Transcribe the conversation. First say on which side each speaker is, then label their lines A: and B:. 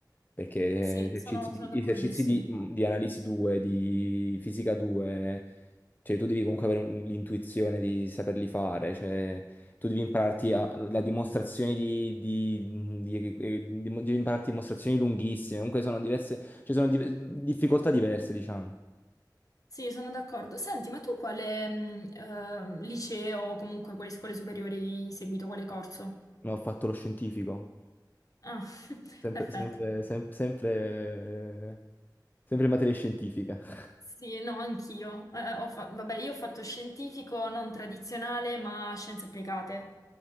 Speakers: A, on the left; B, on the left.
A: Perché
B: Sì,
A: eh, esercizi
B: sono,
A: di,
B: sono d'accordissimo.
A: esercizi di, mm, di analisi 2, di fisica 2, cioè tu devi comunque avere un- l'intuizione di saperli fare, cioè tu devi impararti a- la dimostrazione di, di, di- eh, di- devi impararti dimostrazioni lunghissime, comunque sono diverse, ci sono di- difficoltà diverse, diciamo.
B: Sì, sono d'accordo. Senti, ma tu quale mh, eh, liceo o comunque quali scuole superiori hai seguito, quale corso?
A: Non ho fatto lo scientifico,
B: Ah, <laughs>
A: sempre,
B: perfetto.
A: sempre, sem- sempre, eh, sempre in materia scientifica.
B: Sì,
A: <laughs>
B: no, anch'io. Eh, ho fa- Vabbè, io ho fatto scientifico non tradizionale, ma scienze applicate.